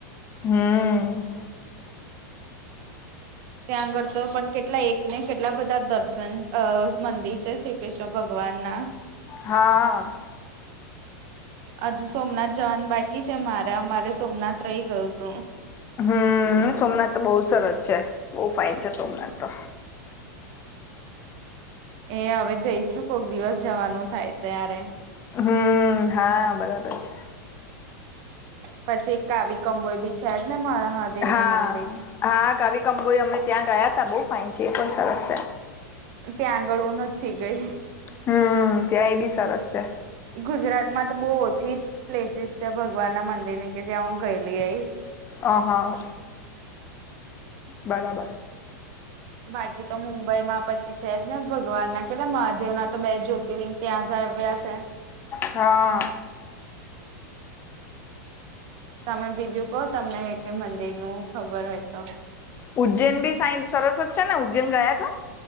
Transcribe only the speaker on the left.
હમ્મ
હા
હમ સોમનાથ તો બહુ સરસ છે બહુ ફાય છે સોમનાથ તો
હમ હા બરાબર છે.
હા
હા કાવિકંબોઈ અમે ત્યાં ગયા ત બહુ ફાઇન છી એ પણ સરસ છે.
હમ ત્યાં એ બી સરસ છે
હ હા બરાબર
હા.
ઉજ્જૈન ભી સાઇન સરસ જ છે ને ઉજ્જૈન ગયા છો.